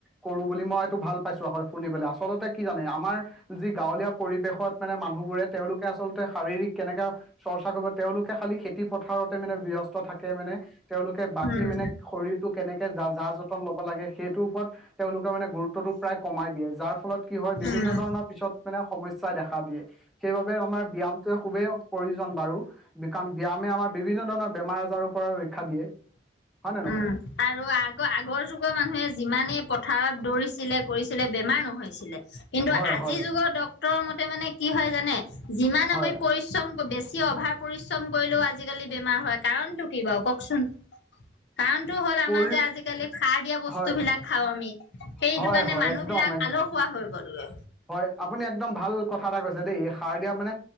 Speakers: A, in the centre; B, on the left.
A: কৰোঁ বুলি মই এইটো ভাল পাইছোঁ আকৌ শুনি পেলাই, আচলতে কি জানে আ আমাৰ যি গাঁৱলীয়া পৰিবেশত মানে মানুহবোৰে তেওঁলোকে আচলতে শাৰীৰিক কেনেকা চৰ্চা কৰিব তেওঁলোকে খালি খেতি পথাৰতে মানে ব্যস্ত থাকে মানে তেওঁলোকে বাকী
B: উম
A: মানে শৰীৰটো কেনেকে কে যা যতন ল'ব লাগে সেইটোৰ ওপৰত তেওঁলোকে মানে গুৰুত্বটো প্ৰায় কমাই দিয়ে যাৰ ফলত কি হয়
B: উম
A: বিভিন্ন ধৰণৰ পিছত মানে সমস্যাই দেখা দিয়ে, সেইবাবে আমাৰ ব্যামটো খুবেই প্ৰয়োজন বাৰু, বিকাম ব্যায়ামে আমাৰ বিভিন্ন ধৰণৰ বেমাৰ আজাৰৰপৰা ৰক্ষা দিয়ে। হয় নে নহয়?
B: উম, আৰু আগ-আগৰ যুগৰ মানুহে যিমানেই পথাৰত দৌৰিছিলে কৰিছিলে বেমাৰ নহৈছিলে। কিন্তু
A: হয়
B: আজিৰ
A: হয়
B: যুগৰ ডক্তৰৰ মতে মানে কি হয় জানে, যিমান
A: হয়
B: আমি পৰি বেছি অভাৰ পৰিশ্ৰম কৰিলেও আজিকালি বেমাৰ হয় কাৰণতটো কি বাৰু কওকচোন? কাৰণটো হ'ল
A: পৰি
B: আমাৰ যে আজিকালি সাৰ দিয়া বস্তু
A: হয়
B: বিলাক খাও আমি। সেইটো
A: হয়
B: কাৰণে
A: হয়
B: মানুহ
A: একদম
B: বিলাক
A: একদম
B: আলসুৱা হৈ গ'ল।
A: হয়, আপুনি একদম ভাল কথা এটা কৈছে দেই সাৰ দিয়া মানে,